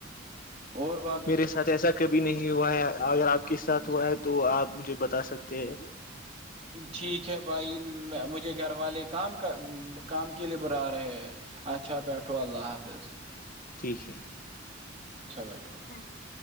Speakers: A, on the right; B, on the left.
A: اور با
B: میرے ساتھ ایسا کبھی نہیں ہوا ہے اگر آپ کے ساتھ ہوا ہے تو آپ مجھے بتا سکتے ہیں
A: ٹھیک ہے بھائی مجھے گھر والے کام کا کام کے لیے برا رہے ہیں اچھا بیٹھو اللہ حافظ
B: ٹھیک ہے
A: اچھا بیٹھو
B: <inaudible>